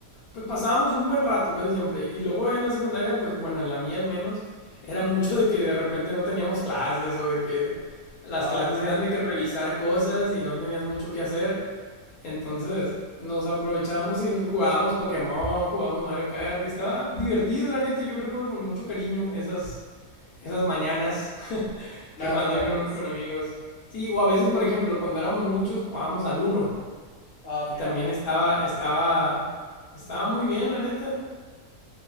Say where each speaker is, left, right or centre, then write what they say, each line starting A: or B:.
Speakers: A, on the left (about 75°); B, on the left (about 60°).
A: pues pasábamos un buen rato casi siempre. Y luego en la secundaria, pues bueno, en la mía al menos, era mucho de que de repente no teníamos clases o de que las
B: Ah,
A: clases
B: ok,
A: eran
B: sí.
A: de que revisar cosas y no tenías mucho que hacer. Entonces nos aprovechábamos y jugábamos Pokémon, jugábamos Mario Kart y estaba divertido, la neta. Yo recuerdo con mucho cariño esas, esas mañanas <laughs>
B: Nada,
A: que jugando
B: jugando,
A: ahí con,
B: sí.
A: con amigos. Sí, o a veces, por ejemplo, cuando éramos muchos jugábamos al Uno
B: Ah, ok,
A: y también
B: ajá.
A: estaba, estaba, estaba muy bien, la neta.